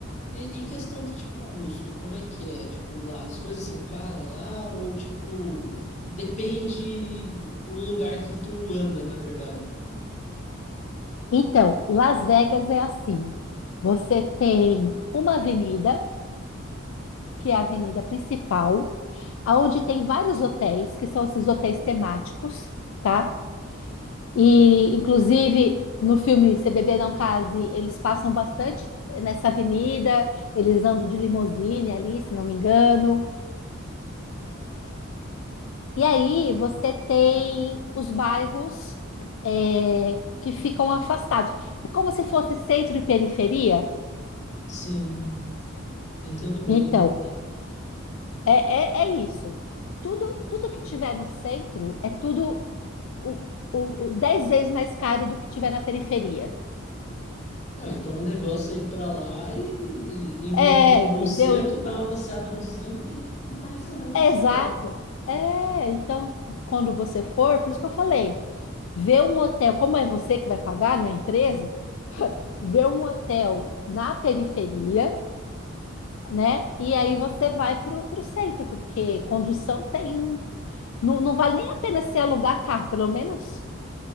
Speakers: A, on the left (about 35°); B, on the left (about 65°).
A: E, e questão de, tipo, custo, como é que é? Tipo, lá, as coisas são caras lá ou, tipo, depende o lugar que tu anda, na verdade?
B: Então, Las Vegas é assim. Você tem uma avenida, que é a avenida principal, aonde tem vários hotéis, que são esses hotéis temáticos, tá? E, inclusive, no filme Se Beber Não Case, eles passam bastante nessa avenida, eles andam de limusine ali, se não me engano. E aí você tem os bairros é, que ficam afastados. É como se fosse centro e periferia.
A: Sim, entendo bem.
B: Então, é, é, é isso. Tudo, tudo que tiver no centro é tudo o, o, o 10 vezes mais caro do que tiver na periferia.
A: Ah, então o negócio é ir pra lá e, e em vez
B: É,
A: de ir
B: entendeu?
A: no centro, dar uma passeada no centro e, e conhecer o resto
B: É,
A: da cidade.
B: exato. É, então, quando você for, por isso que eu falei, vê um hotel, como é você que vai pagar, não é a empresa, vê um hotel na periferia né? E aí você vai para o centro, porque condução tem. Não, não vale nem a pena se alugar carro, pelo menos.